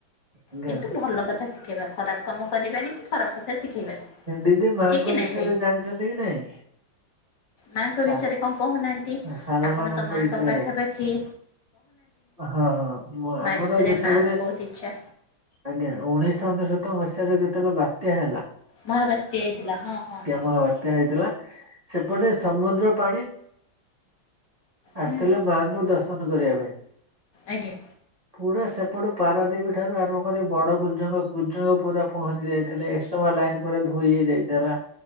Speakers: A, on the right; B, on the left.
A: ଆଜ୍ଞା
B: କିନ୍ତୁ ଭଲ କଥା ଶିଖେଇବା ଖରାପ କାମ କରିବାନି କି ଖରାପ କଥା ଶିଖେଇବା
A: ଦିଦି ମାଆଙ୍କ
B: ଠିକ କି ନାଇଁ
A: ବିଷୟରେ
B: ଭାଇ
A: ଜାଣିଛନ୍ତି କି ନାଇଁ?
B: ମାଙ୍କ
A: ସା
B: ବିଷୟରେ କଣ କହୁନାହାନ୍ତି
A: ସାରଳା
B: ଆପଣ ତ ମାଙ୍କ
A: ବିଷୟରେ
B: ପାଖା ପାଖି।
A: ହଁ ହଁ ମୁ ଆମର
B: ବିଷୟରେ
A: ଯେତେବେଳେ
B: ମା ବହୁତ ଇଚ୍ଛା
A: ଆଜ୍ଞା ଉଣେଇଶହ ଅନେଶତ ମସିହା <unintelligible> ଆଜ୍ଞା
B: ମହାବାତ୍ୟା ହେଇଥିଲା ହଁ ହଁ ହଁ
A: ମହା ବାତ୍ୟା ହେଇଥିଲା ସେପଟେ
B: ହୁଁ
A: ସମୁଦ୍ର ପାଣି ଆସିଥିଲେ
B: ହୁଁ
A: ମାଆଙ୍କୁ ଦର୍ଶନ କରିବା ପାଇଁ
B: ଆଜ୍ଞା।
A: ପୁରା ସେପଟୁ ପାରାଦୀପୀ ଠାରୁ ଆରମ୍ଭ କରି ବଡ କୁଜ କୁଜଙ୍ଗ ପୁରା ପହଞ୍ଚି ଯାଇଥିଲେ ଏକ ସମୟ ଧୋଇ ହେଇ ଯାଇଥିଲା